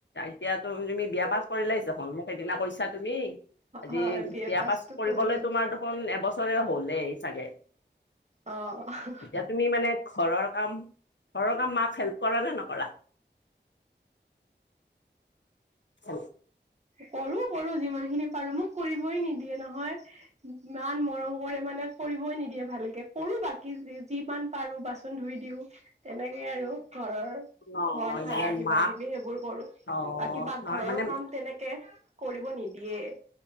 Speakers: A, on the left (about 75°); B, on the right (about 35°).
A: এতিয়া তুম তুমি বিয়া পাছ কৰিলো আহিছা ফ সেইদিনা কৰিছা তুমি আদি
B: হয় বি
A: বিয়া
B: এ পাছটো
A: পাছ কৰিবলৈ
B: কৰিলো
A: তোমাৰ দেখোন এবছৰে হ'লেই চাগে
B: অ
A: এতিয়া তুমি মানে ঘৰৰ কাম ঘৰৰ কাম মাক হেল্প কৰা নে নকৰা হয়
B: কৰো কৰো যিমান খিনি বাৰু মোক কৰিবই নিদিয়ে নহয় ইমান মৰম কৰে মানে কৰিবই নিদিয়ে ভালকে সৰু বাকী যিমান পাৰো বাচন ধুই দিও তেনেকে আৰু ঘৰৰ
A: নহয়
B: ঘৰ সাৰা
A: মানে
B: কিবা
A: মাক
B: কিবি সেইবোৰ কৰো
A: অ',
B: বাকী পাকঘৰৰ
A: নহয় মানে
B: কাম তেনেকে কৰিব নিদিয়ে